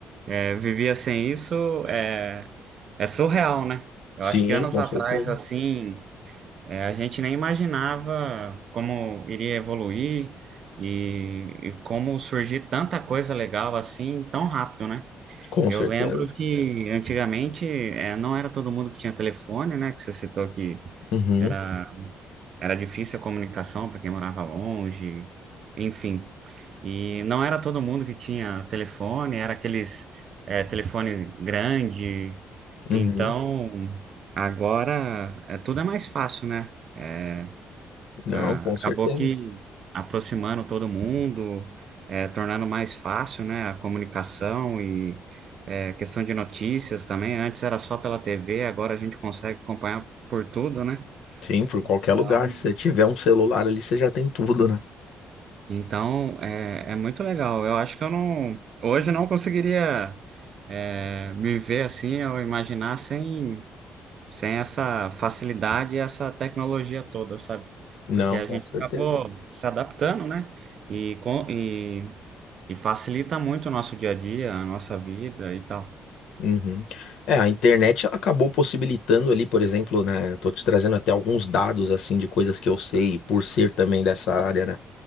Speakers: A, on the right (about 55°); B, on the left (about 80°).
A: é, vivia sem isso é, é surreal, né? Eu
B: Sim,
A: acho que anos
B: com
A: atrás,
B: certeza.
A: assim, é, a gente nem imaginava como iria evoluir e, e como surgir tanta coisa legal assim tão rápido, né?
B: Com
A: Eu
B: certeza.
A: lembro que antigamente é, não era todo mundo que tinha telefone, né? Que você citou que
B: Uhum,
A: era era difícil a comunicação para quem morava longe, enfim. E não era todo mundo que tinha telefone, era aqueles eh, telefones grande.
B: uhum.
A: Então, agora eh, tudo é mais fácil, né? Eh,
B: Não,
A: ah,
B: com
A: acabou
B: certeza.
A: que aproximando todo mundo, eh, tornando mais fácil, né, a comunicação e eh, questão de notícias também. Antes era só pela TV, agora a gente consegue acompanhar por tudo, né?
B: Sim, por qualquer lugar.
A: Então,
B: Se você tiver um celular ali, você já tem tudo, né?
A: Então, é, é muito legal. Eu acho que eu não, hoje eu não conseguiria é, me ver assim ou imaginar sem, sem essa facilidade e essa tecnologia toda, sabe?
B: Não,
A: Porque a
B: com
A: gente
B: certeza.
A: acabou se adaptando, né? E, com, e, e facilita muito o nosso dia a dia, a nossa vida e tal.
B: Uhum. É, a internet ela acabou possibilitando ali, por exemplo, né? Tô te trazendo até alguns dados assim de coisas que eu sei por ser também dessa área, né?